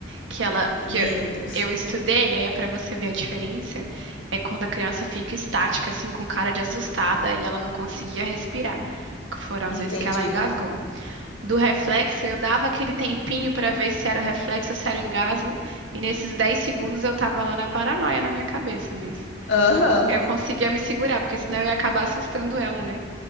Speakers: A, on the right; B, on the left.
A: Que ela, que
B: Meu
A: eu,
B: Deus.
A: eu estudei, aí é pra você ver a diferença, é quando a criança fica estática, assim, com cara de assustada e ela não conseguia respirar. Foram as
B: Entendi.
A: vezes que ela engasgou. do reflexo, eu dava aquele tempinho para ver se era o reflexo ou se era o engasgo, e nesses 10 segundos eu tava lá na paranoia na minha cabeça, mas
B: Aham.
A: eu conseguia me segurar, porque senão eu ia acabar assustando ela, né?